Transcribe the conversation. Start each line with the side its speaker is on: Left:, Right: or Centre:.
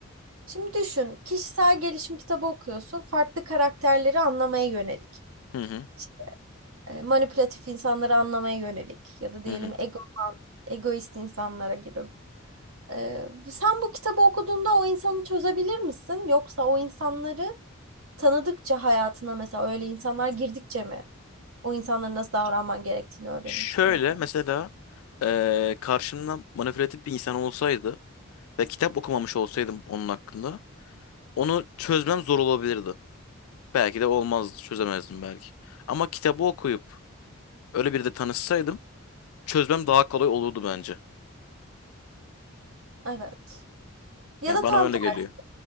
Right: şimdi düşün, kişisel gelişim kitabı okuyorsun. Farklı karakterleri anlamaya yönelik.
Left: Hı hı.
Right: İşte, e, manipülatif insanları anlamaya yönelik ya da diyelim
Left: Hı hı.
Right: ego, egoist insanlara gibi. Ee, sen bu kitabı okuduğunda o insanı çözebilir misin? Yoksa o insanları tanıdıkça hayatına mesela öyle insanlar girdikçe mi o insanlara nasıl davranman gerektiğini öğrenirsin
Left: Şöyle
Right: mesela?
Left: mesela eee karşımda manipülatif bir insan olsaydı ve kitap okumamış olsaydım onun hakkında onu çözmem zor olabilirdi. Belki de olmazdı, çözemezdim belki. Ama kitabı okuyup öyle biri de tanışsaydım çözmem daha kolay olurdu bence.
Right: Evet. Ya
Left: Ya
Right: da
Left: bana
Right: tam
Left: öyle
Right: tersi.
Left: geliyor.